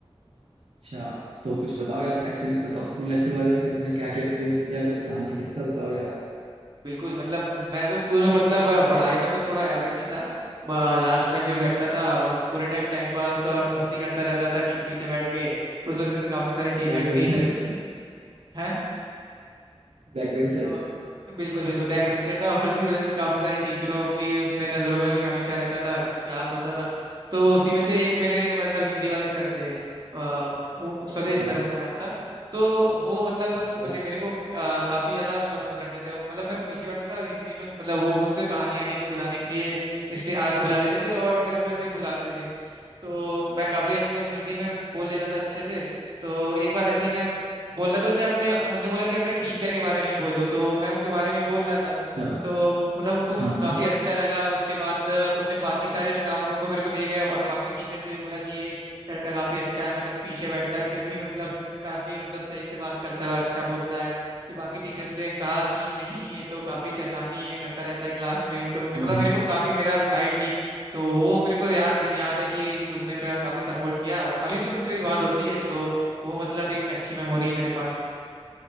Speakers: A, on the right; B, on the right.
A: अच्छा तो कुछ बताओ यार अपना एक्सपीरियंस बताओ स्कूल लाइफ के बारे में कि तुमने क्या क्या एक्सपीरियंस किया है, कुछ कहानी किस्सा बताओ यार
B: बिल्कुल मतलब मैं तो स्कूल में मतलब अ, पढ़ाई में तो थोड़ा एवरेज ही था लास्ट बेंच पे बैठता था और पूरे टाइम टाइम पास और मस्ती करता रहता था पीछे बैठ के उस वजह से काफी सारे टीचर्स
A: Back bencher
B: की नज है
A: Back bencher
B: अ, बिल्कुल बिल्कुल बैक बेंचर था और उसी वजह से काफी सारी टीचरों के उसमें नजरों में भी हमेशा रहता था क्लास होता था तो उसी में से एक मेरे मतलब हिंदी वाले सर थे अ, वो स्वदेश
A: अच्छा
B: सर उनका नाम था तो वो मतलब
A: अच्छा
B: मतलब मेरे को अ, काफी ज्यादा पसंद करते थे मतलब मैं पीछे बैठता था हिंदी में मतलब वो मुझसे कहानी आनी ऐसे बुलाने के लिए इसलिए आगे बुला लेते थे और मेरे को ऐसे बुलाते थे तो मैं काफी अच्छा- मतलब हिंदी में बोल लेता था अच्छे से तो एक बार ऐसे ही मैं बोला तो उनने अपने उनने बोला कि अपने टीचर के बारे में ही बोलो तो मैं उनके बारे में ही बोल रहा था
A: अच्छा,
B: तो मतलब उनको मु-
A: हाँ
B: काफी
A: हाँ
B: अच्छा लगा उसके बाद अ, उनने बाकी सारे स्टाफ रूम में मेरे को ले गए और बाकी टीचर से भी बोला कि ये लड़का काफी अच्छा है मतलब पीछे बैठता है फिर भी मतलब काफी मतलब सही से बात करता है और अच्छा बोलता है फिर बाकी टीचर्स ने कहा कि नहीं ये तो काफी शैतानी है करता रहता है क्लास में तो उनने
A: हम्म
B: मतलब मेरे को काफी मेरा साइड ली तो वो मेरे को याद दिन याद है कि उनने मेरा काफी सपोर्ट किया और अभी भी उनसे मेरी बात होती है तो वो मतलब एक अच्छी मेमोरी है मेरे पास